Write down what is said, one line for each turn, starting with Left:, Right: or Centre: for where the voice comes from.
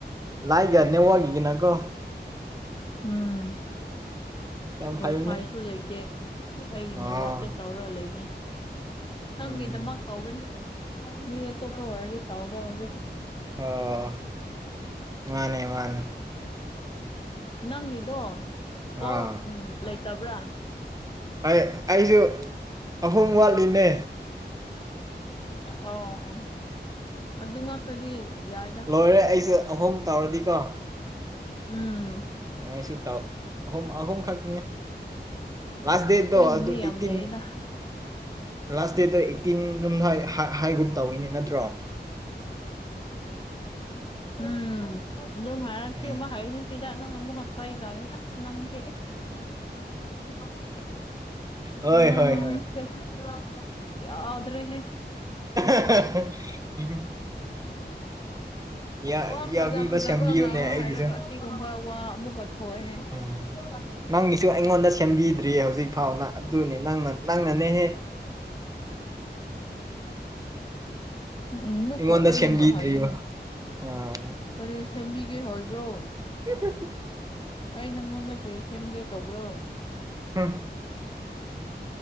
Right: ꯂꯥꯏꯒ ꯅꯦꯠꯋꯥꯛꯀꯤꯒꯤꯅꯀꯣ
Left: ꯎꯝ
Right: ꯌꯥꯝ
Left: ꯋꯥꯏꯐꯥꯏꯁꯨ
Right: ꯐꯩꯕꯅꯦ
Left: ꯂꯩꯇꯦ ꯑꯩ
Right: ꯑꯥ
Left: ꯅꯦꯠꯋꯥꯛꯇ ꯇꯧꯔꯒ ꯂꯩꯕꯅꯦ ꯅꯪꯒꯤꯗꯃꯛ
Right: ꯎꯝ
Left: ꯇꯧꯕꯅꯦ ꯃꯤ ꯑꯇꯣꯞꯄ ꯑꫭꯏꯔꯗꯤ ꯇꯧꯔ‌ꫭꯏ ꯍꯧꯖꯤꯛ
Right: ꯑꯣ ꯃꯥꯅꯦ ꯃꯥꯅꯦ
Left: ꯅꯪꯒꯤꯗꯣ ꯀꯣ
Right: ꯑꯥ
Left: ꯎꯝ ꯂꯩꯇꯕ꯭ꯔꯥ
Right: ꯑꯩ ꯑꯩꯁꯨ ꯑꯍꯨꯝ ꯋꯥꯠꯂꯤꯅꯦ
Left: ꯑꯣ ꯑꯣ ꯑꯗꯨ ꯉꯥꯛꯇꯗꯤ ꯌꯥꯏꯗ
Right: ꯂꯣꯏꯔꯦ ꯑꯩꯁꯨ ꯑꯍꯨꯝ ꯇꯧꯔꯗꯤꯀꯣ
Left: ꯎꯝ
Right: ꯑꯩꯁꯨ ꯇꯧ ꯑꯍꯨꯝ ꯑꯍꯨꯝ ꯈꯛꯇꯅꯦ ꯂꯥꯁ ꯗꯦꯠꯇꯣ
Left: ꯑꯩꯒꯤꯗꯤ
Right: ꯑꯗꯨ ꯑꯩꯇꯤꯟ
Left: ꯌꯥꯝ ꯂꯩꯌꯦꯗ
Right: ꯂꯥꯁ ꯗꯦꯠꯇꯣ ꯑꯩꯠꯇꯤꯟ ꯑꯗꯨꯝ ꯍꯥꯏ ꯍꯥ ꯍꯥꯏꯒꯨꯟ ꯇꯧꯏꯅꯦ ꯅꯠꯇ꯭ꯔꯣ
Left: ꯎꯝ <unintelligible> ꯑ ꯁꯤꯒꯨꯝꯕ
Right: ꯎꯝ
Left: ꯍꯥꯏꯒꯅꯨꯁꯤꯗ ꯅꯪ ꯑꯃꯨꯛꯀ ꯆꯩ ꯆꯥꯒꯅꯤ ꯑꯁ ꯅꯪꯁꯦ ꯏꯁ <unintelligible>
Right: ꯍꯣꯏ
Left: <unintelligible>
Right: ꯍꯣꯏ ꯍꯣꯏ
Left: ꯌꯥꯗ꯭ꯔꯦꯍꯦ
Right: <unintelligible> <unintelligible> ꯌꯥ
Left: ꯋꯥ
Right: ꯌꯥꯕꯤꯕ
Left: ꯐꯖ ꯐꯖꯕ
Right: ꯁꯦꯝꯕꯤꯌꯨꯅꯦ
Left: ꯉꯥꯡꯉꯣ
Right: ꯑꯩꯒꯤꯁꯨ
Left: ꯍꯥꯏꯔꯒ ꯑꯁꯤꯒꯨꯝꯕ ꯋꯥ ꯑꯃꯨꯛꯀ ꯊꯣꯛꯑꯦꯍꯦ <unintelligible>
Right: ꯎꯝ ꯅꯪꯒꯤꯁꯨ ꯑꯩꯉꯣꯟꯗ ꯁꯦꯝꯕꯤꯗ꯭ꯔꯤꯌꯦ ꯍꯧꯖꯤꯛ ꯐꯥꯎꯅ ꯑꯗꯨꯅꯦ ꯅꯪꯅ ꯅꯪꯅꯅꯦꯍꯦ
Left: <inaudible> <inaudible> ꯎꯝ ꯃꯨꯛꯀ
Right: ꯑꯩꯉꯣꯟꯗ
Left: ꯑꯩꯅ
Right: ꯁꯦꯝꯕꯤꯗ꯭ꯔꯤꯕ
Left: ꯍꯥꯏꯅꯦ
Right: ꯑꯥ
Left: ꯀꯔꯤ ꯁꯦꯝꯕꯤꯒꯦ ꯍꯥꯏꯕ꯭ꯔꯣ
Right: <unintelligible>
Left: ꯑꯩ ꯅꯪꯉꯣꯟꯗ ꯀꯔꯤ ꯁꯦꯝꯒꯦ ꯇꯧꯕ꯭ꯔꯣ
Right: <unintelligible>